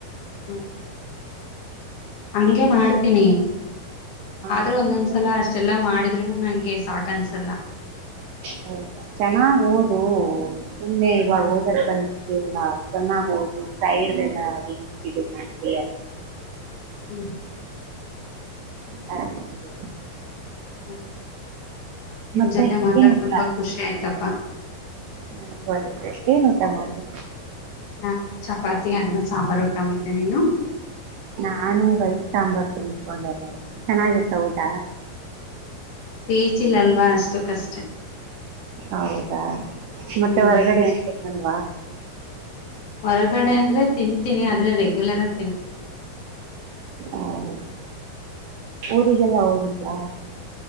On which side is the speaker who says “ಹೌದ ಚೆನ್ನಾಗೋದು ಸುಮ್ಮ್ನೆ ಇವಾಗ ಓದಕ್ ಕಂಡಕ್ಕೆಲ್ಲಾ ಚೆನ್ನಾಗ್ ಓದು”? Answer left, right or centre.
Right